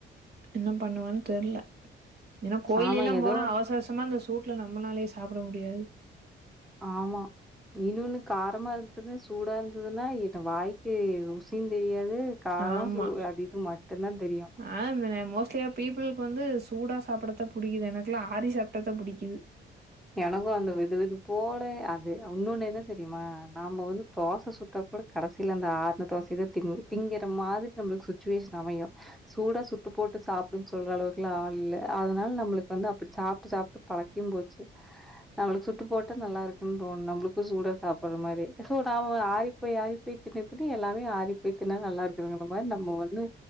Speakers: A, on the right; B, in the centre.
A: என்ன பண்ணுவா தெரில்ல ஏன்னா கோயில்
B: ஆமா
A: எல்லா
B: ஏதோ
A: போனா அவசர அவசரமா இந்தத சூட் ட்ல நம்ம நாளாயே சாப்புட முடியாது
B: ஆமா இன்னொன்னு காரமா இருக்குது சூடா இருந்ததுன்னா எனு வாய் ஹே ருசியும் தெரியாது காரம்
A: ஆமா
B: சு அது இது மட்டு தா தெரியும்
A: ஆ ம மோஸ்ட்லியா பீப்புளுக்கு வந்து சூடா சாப்புடதா புடிக்குது எனக்குலாம் ஆரி சாப்டாத புடிக்கிது
B: எனக்கும் அந்த வெதுவெது போல அது இன்னொன்னு என்ன தெரியுமா நாம வந்து தோசை சுட் அதுக்கப்றோ கடசில அந்த ஆறுன தோச இத திங் திங்கிற மாதிரி நம்மளுக்கு சுச்சுவேஷன் அமயு சூடா சுட்டு போட்டு சாப் சொல்ற அளவுக்கு ஆல் இல்ல அதனால நம்மளுக்கு வந்து அப்டி சாப்டு சாப்டு பழக்கிம் போச் நம்ளுக்கு சுட்டு போட்டா நல்லா இருக்குன் தோணும் நம்ளுக்கும் சூட சாப்ற மாதிரி சோ நாம ஆறிப்போய் ஆறிப்போய் தின்னு தின்னு எல்லாமே ஆறி போய் தின்னா நல்லா இருக்குங்கிற மாரி நம்ம வந்து